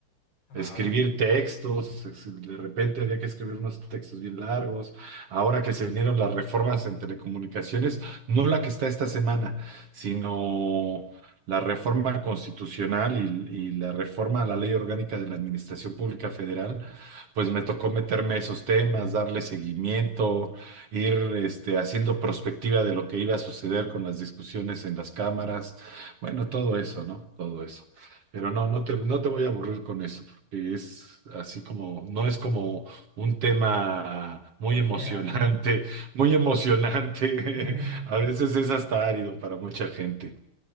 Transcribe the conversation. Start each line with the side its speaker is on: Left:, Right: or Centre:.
Left: Ah,
Right: escribir
Left: ok.
Right: textos, es- de repente había que escribir unos textos bien largos. Ahora que se vinieron las reformas en telecomunicaciones, no la que está esta semana, sino la reforma constitucional y, y la reforma a la Ley Orgánica de la Administración Pública Federal, pues me tocó meterme a esos temas, darle seguimiento, ir este, haciendo prospectiva de lo que iba a suceder con las discusiones en las cámaras, bueno, todo eso, ¿no? Todo eso. Pero no, no te, no te voy a aburrir con eso, porque es así como, no es como un tema muy
Left: Muy
Right: emocionante,
Left: general, ¿no?
Right: muy emocionante.
Left: <laughs>
Right: <laughs> A veces es hasta árido para mucha gente.